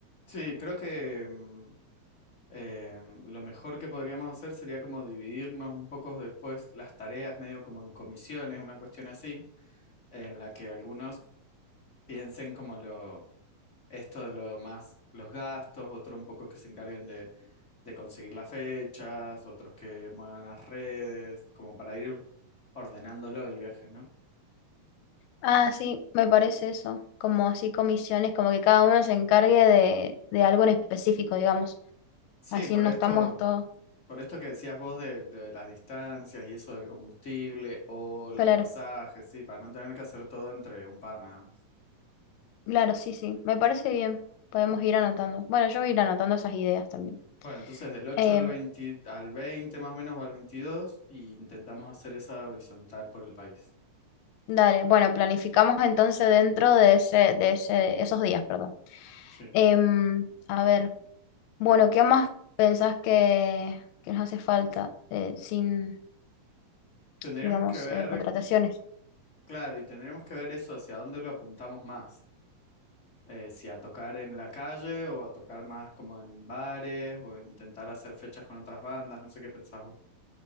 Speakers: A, on the left (about 50°); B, on the left (about 80°).
A: sí, creo que mm, Eh, lo mejor que podríamos hacer sería como dividirnos un poco después las tareas, medio como en comisiones, una cuestión así, en la que algunos piensen como lo, esto de lo más, los gastos, otro un poco que se encarguen de, de conseguir las fechas, otros que muevan las redes, como para ir ordenándolo el viaje, ¿no?
B: Ah, sí, me parece eso, como así comisiones, como que cada uno se encargue de, de algo en específico, digamos.
A: Sí,
B: Así
A: por
B: no
A: esto,
B: estamos
A: mm,
B: todos.
A: por esto que decías vos de, de las distancias y eso del combustible o los
B: Claro,
A: pasajes, sí, para no tener que hacer todo entre un par nada más.
B: claro, sí, sí, me parece bien. Podemos ir anotando. Bueno, yo voy a ir anotando esas ideas también.
A: Bueno, entonces del 8
B: Em,
A: al veinte al 20 más o menos o al veintidós y intentamos hacer esa horizontal por el país.
B: Dale, bueno, planificamos entonces dentro de ese, de ese, esos días, perdón.
A: Sí.
B: Em, a ver, bueno, ¿qué más pensás que, que nos hace falta eh, sin,
A: Tendríamos
B: digamos,
A: que ver,
B: eh, contrataciones?
A: claro, y tendríamos que ver eso hacia dónde lo apuntamos más. Eh, si a tocar en la calle o a tocar más como en bares o intentar hacer fechas con otras bandas, no sé qué pensás vos.